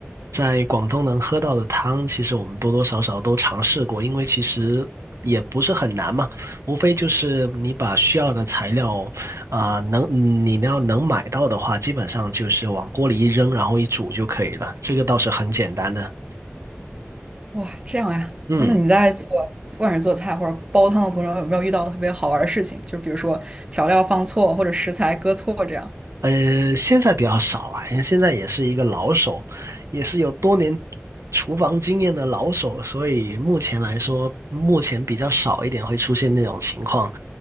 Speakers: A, on the right; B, on the right.
A: 在广东能喝到的汤，其实我们多多少少都尝试过，因为其实也不是很难嘛，无非就是你把需要的材料啊、能你要能买到的话，基本上就是往锅里一扔，然后一煮就可以了，这个倒是很简单的。
B: 哇，这样呀，
A: 嗯
B: 哦那你在做不管是做菜或者煲汤的途中，有没有遇到特别好玩的事情？就比如说调料放错或者食材搁错这样。
A: 呃，现在比较少啊，因为现在也是一个老手，也是有多年厨房经验的老手，所以目前来说，目前比较少一点会出现那种情况。